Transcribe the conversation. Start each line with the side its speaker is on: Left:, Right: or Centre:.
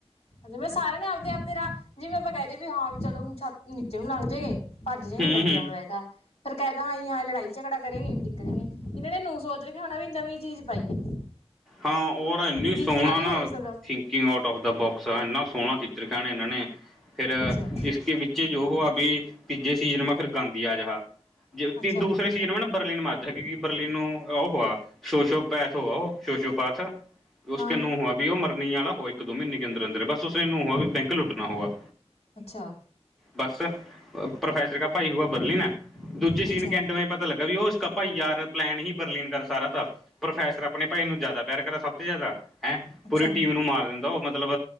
Left: ਜਿਵੇਂ ਸਾਰਿਆਂ ਨੇ ਆਪਦੇ ਆਪਦੇ ਰਾਹ, ਜਿਵੇਂ ਆਪਾਂ ਕਹਿ ਦੇ ਵੀ ਹਾਂ, ਵੀ ਚਲੋ ਛਤ ਦੇ ਨੀਚੇ ਨੂੰ ਲੰਘ ਜੇਗੇ। ਭੱਜ ਜੇ
Centre: ਹੂੰ
Left: ਗੇ ਗੱਡੀਆਂ
Centre: ਹੂੰ
Left: ਮੈਂ ਬਹਿ ਕੈ, ਫੇਰ ਕਹਿਦਾ ਆਈ ਹਾਂ ਲੜਾਈ। ਝਗੜਾ ਕਰੇਗੀ ਨਿਕਲੀਏ, ਇਹਨਾਂ ਨੇ ਨੂੰ ਸੋਚ ਰੱਖਿਆ ਹੋਣਾ ਵੀ ਨਵੀਂ ਚੀਜ਼ ਪਾਈਏ।
Centre: ਹਾਂ ਔਰ ਇੰਨੀ ਸੋਹਣਾ
Left: ਵੀ ਇਸ ਤਰ੍ਹਾਂ ਵੀ
Centre: ਨਾ
Left: ਹੋ ਸਕਾ
Centre: ਥੀ king out of the box ਆ ਇੰਨਾ ਸੋਹਣਾ ਖਿੱਚ ਰਖਿਆ ਇਹਨਾਂ ਨੇ। ਫੇਰ
Left: ਅੱਛਾ
Centre: ਇਸਕੇ ਵਿੱਚ ਜੋ ਆ ਵੀ, ਤੀਜੇ ਸੀਜਨ ਮੈਂ ਫਿਰ ਗਾਂਧੀ ਆ ਜਹਾ। ਜੇ
Left: ਅੱਛਾ
Centre: ਦੂਸਰੇ ਸੀਜ਼ਨ ਵੀ ਨਾ ਬਰਲੀਨ ਮਰਦਾ, ਕਿਉਂਕਿ ਬਰਲੀਨ ਨੂੰ ਉਹ ਹੋਆ ਸ਼ੋਅ ਸ਼ੋ ਪੈਸ ਹੋਆ ਉਹ। ਸ਼ੋਸ਼ੋ ਪਾਥ, ਉਸ
Left: ਹਾਂ
Centre: ਕੇ ਨੂੰਹ ਹੂਆ ਵੀ ਉਹ ਮਰਨੀ ਵਾਲਾ ਹੋਵੇ ਇੱਕ ਦੋ ਮਹੀਨੇ ਕੇ ਅੰਦਰ ਅੰਦਰ, ਬਸ ਉਸਨੇ ਨੂੰ ਵੀ ਬੈਂਕ ਲੁੱਟਣਾ ਹੋਵਾ
Left: ਅੱਛਾ
Centre: ਬਸ ਪ੍ਰੋਫੈਸਰ ਕ ਭਾਈ ਹੋਆ ਬਰਲੀ ਨੈ, ਦੂਜੇ ਸੀਨ
Left: ਅੱਛਾ
Centre: ਕੰਟ ਮ ਪਤ ਪਤਾ ਲੱਗਾ ਵੀ ਉਹ ਇਸ ਭਾਈ ਯਾਰ ਪਲੈਨ ਹੀ ਬਰਲੀਨ ਕਰ ਸਾਰਾ ਥਾ, ਪ੍ਰੋਫੈਸਰ ਆਪਣੇ ਭਾਈ ਇਹਨੂੰ ਜ਼ਿਆਦਾ ਪਿਆਰ ਕਰਾਂ ਸਭ ਤੋਂ ਜ਼ਿਆਦਾ, ਹੈਂ
Left: ਅੱਛਾ
Centre: ਪੂਰੀ ਟੀਮ ਨੂੰ ਮਾਰ ਦਿੰਦਾ ਉਹ ਮਤਲਬ